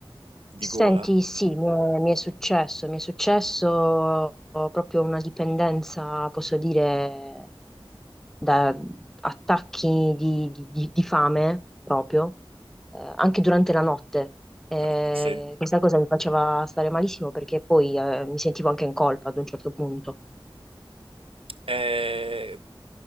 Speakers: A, on the right (about 80°); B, in the centre.
A: di
B: Senti,
A: gola.
B: sì, mi è, mi è successo, mi è successo proprio una dipendenza, posso dire, da attacchi di, di- di- di fame proprio, eh, anche durante la notte. Eh,
A: Ok, Sì.
B: questa cosa mi faceva stare malissimo perché poi eh, mi sentivo anche in colpa ad un certo punto.
A: Eh,